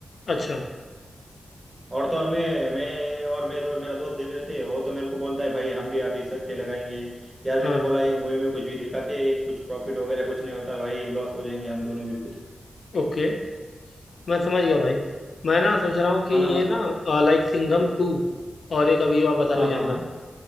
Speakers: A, on the left; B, on the right.
A: अच्छा
B: और तो और मैं मैं और मैं दो मेरा दोस्त देख रहे थे वो तो मेरे को बोलता है भाई हम भी अभी सट्टे लगाएंगे यार
A: हाँ
B: मैंने बोला ये मूवी में कुछ भी दिखाते हैं कुछ प्रॉफिट वगैरह कुछ नहीं होता भाई लॉस हो जाएंगे हम दोनों भी फिर
A: ओके मैं समझ गया भाई मैं ना सोच रहा हूँ कि
B: है ना
A: ये
B: मतलब
A: ना लाइक सिंघम
B: हाँ
A: टू और एक अभी जो आप बता रहे
B: हाँ
A: हो
B: हाँ
A: जन्नत
B: हाँ